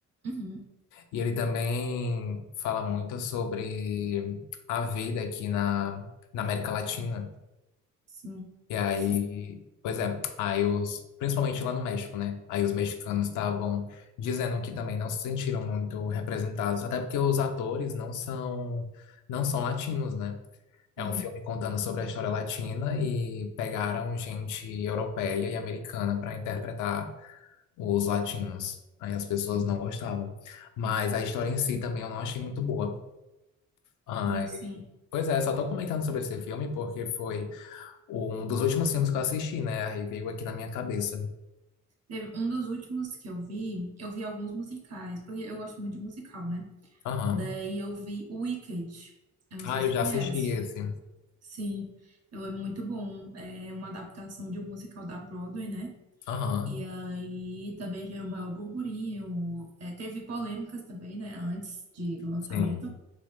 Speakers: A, on the right; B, on the left.
A: uhum,
B: E ele também fala muito sobre a vida aqui na, na América Latina
A: sim,
B: E aí,
A: sim,
B: pois é, aí os, principalmente lá no México, né? Aí os mexicanos estavam dizendo que também não se sentiram muito representados, até porque os atores não são, não são latinos, né? É
A: uhum,
B: um filme contando sobre a história latina e pegaram gente europeia e americana para interpretar os latinos. Aí as pessoas
A: uhum,
B: não gostavam. Mas a história em si também eu não achei muito boa. Ai,
A: sim, sim.
B: pois é, só tô comentando sobre esse filme porque foi um dos últimos filmes que eu assisti, né? Aí veio aqui na minha cabeça.
A: Teve um dos últimos que eu vi, eu vi alguns musicais, porque eu gosto muito de musical, né?
B: Aham.
A: Daí eu vi o Wicked. Eu não
B: Ah,
A: sei se
B: eu
A: tu
B: já
A: conhece.
B: assisti esse.
A: Sim, eu é muito bom. É uma adaptação de um musical da Broadway, né?
B: Aham.
A: E aí também gerou o maior burburinho. É, teve polêmicas também, né? Antes de, do lançamento.
B: Sim.